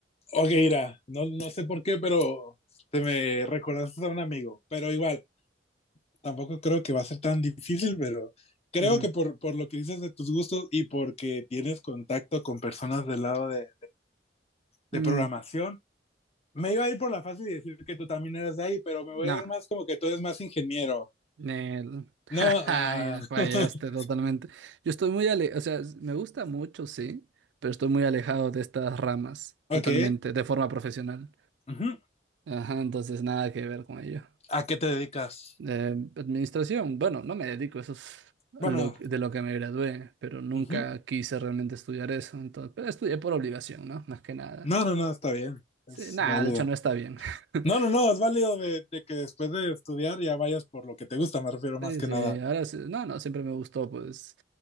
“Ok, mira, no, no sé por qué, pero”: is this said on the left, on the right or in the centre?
Left